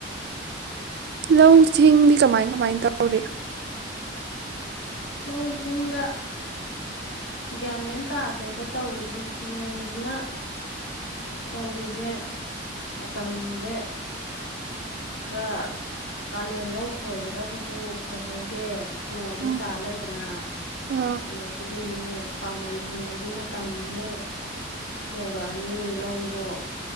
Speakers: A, on the right; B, on the left.
A: ꯂꯧ ꯁꯤꯡꯗꯤ ꯀꯃꯥꯏ ꯀꯃꯥꯏ ꯇꯧꯔꯤ
B: ꯂꯧꯁꯤꯡꯒ ꯒ꯭ꯌꯥꯃꯦꯟ ꯇꯥꯗꯦꯗ ꯇꯧꯔꯤꯁꯦ ꯅꯣꯡꯁꯤꯅ ꯇꯧꯔꯤꯁꯦ ꯃꯇꯝꯁꯦ ꯈꯔ ꯀꯥꯂꯦꯟ ꯂꯧ ꯈꯣꯏꯒꯗꯕꯁꯨ ꯈꯣꯏꯍꯧꯗꯦ ꯅꯣꯡ ꯑꯗꯨꯝ
A: ꯎꯝ
B: ꯇꯥ ꯂꯩꯗꯅ
A: ꯑꯥ
B: ꯑꯗ <inaudible> ꯗꯤ ꯑꯃꯨꯛ ꯄꯥꯃꯦꯟ ꯍꯨꯟꯕꯒꯤ ꯃꯇꯝ ꯑꯃꯨꯛ ꯌꯧꯔꯛꯑꯅꯤ ꯂꯧꯗꯣ